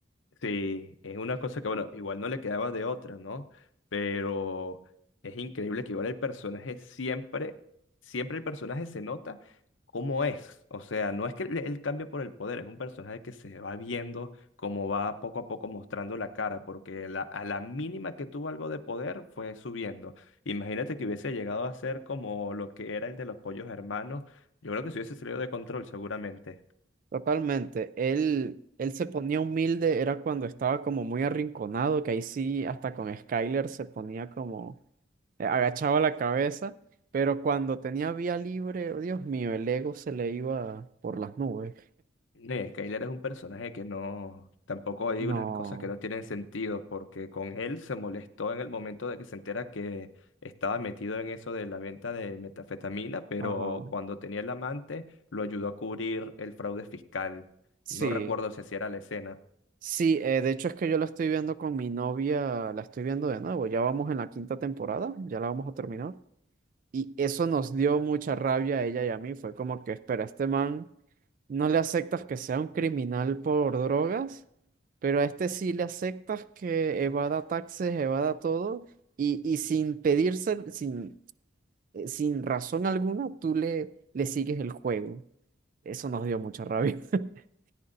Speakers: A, on the left; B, on the right.
A: Sí, es una cosa que, bueno, igual no le quedaba de otra, ¿no? Pero es increíble que igual el personaje siempre, siempre el personaje se nota cómo es. O sea, no es que le- él cambie por el poder, es un personaje que se va viendo como va poco a poco mostrando la cara, porque la- a la mínima que tuvo algo de poder fue subiendo. Imagínate que hubiese llegado a ser como lo que era el de los pollos hermanos. Yo creo que se hubiese salido de control seguramente.
B: Totalmente. Él, él se ponía humilde, era cuando estaba como muy arrinconado, que ahí sí, hasta con Skyler se ponía como, eh, agachaba la cabeza, pero cuando tenía vía libre, oh, Dios mío, el ego se le iba por las nubes.
A: No, y Skyler es un personaje que no, tampoco hay
B: No,
A: unas cosas que no tienen sentido, porque con él se molestó en el momento de que se entera que estaba metido en eso de la venta de metafetamina, pero
B: ajá.
A: cuando tenía el amante lo ayudó a cubrir el fraude fiscal.
B: Sí,
A: No recuerdo si así era la escena.
B: sí, eh, de hecho es que yo la estoy viendo con mi novia, la estoy viendo de nuevo, ya vamos en la quinta temporada, ya la vamos a terminar. Y eso nos dio mucha rabia a ella y a mí, fue como que, espera, este man. No le aceptas que sea un criminal por drogas, pero a este sí le aceptas que evada taxes, evada todo, y, y sin pedirse, sin, eh, sin razón alguna, tú le, le sigues el juego. Eso nos dio mucha rabia. <laughs>